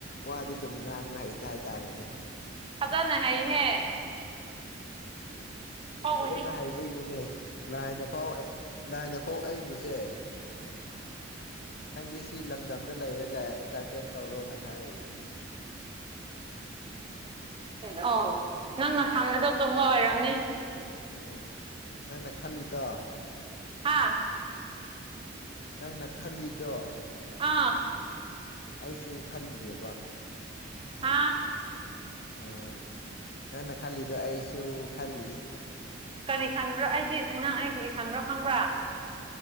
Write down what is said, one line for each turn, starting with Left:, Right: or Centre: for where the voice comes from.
Left: ꯋꯥꯗꯤ ꯑꯗꯨꯝ ꯉꯥꯈ ꯍꯩꯇ ꯍꯥꯏꯇꯥꯔꯦꯅꯦ
Right: ꯐꯖꯥꯅ ꯍꯥꯏꯍꯦ ꯑꯧ
Left: ꯐꯖꯅ ꯍꯥꯏꯩꯕꯒꯤꯅꯤꯅꯦ ꯂꯥꯏꯗ ꯐꯥꯎꯋꯦ ꯂꯥꯏꯅꯐꯧ ꯑꯩꯕꯨꯁꯦ ꯅꯪꯗꯤ ꯁꯤ ꯂꯝꯗꯝꯗ ꯂꯩꯔꯒ ꯑꯦꯟꯇꯔꯇꯦꯟ ꯇꯧꯔꯣꯅ ꯊꯥꯔꯛꯏꯁꯦ
Right: ꯑ ꯅꯪꯅ ꯈꯪꯕꯗꯣ ꯆꯨꯝꯕ ꯑꯣꯏꯔꯝꯅꯤ
Left: ꯎꯝ ꯅꯪꯅ ꯈꯜꯂꯤꯗ
Right: ꯍꯥꯥ
Left: ꯅꯪꯅ ꯈꯜꯂꯤꯗꯣ
Right: ꯑꯥ
Left: ꯑꯩꯁꯨ ꯈꯜꯂꯤꯑꯕ
Right: ꯑꯥ
Left: ꯑꯥ ꯅꯪꯅ ꯈꯜꯂꯤꯗꯣ ꯑꯩꯁꯨ ꯈꯜꯂꯤ
Right: ꯀꯔꯤ ꯈꯟꯕ꯭ꯔꯣ ꯑꯩꯗꯤ ꯅꯪ ꯑꯩ ꯀꯔꯤ ꯈꯟꯕ꯭ꯔꯣ ꯈꯪꯕ꯭ꯔꯥ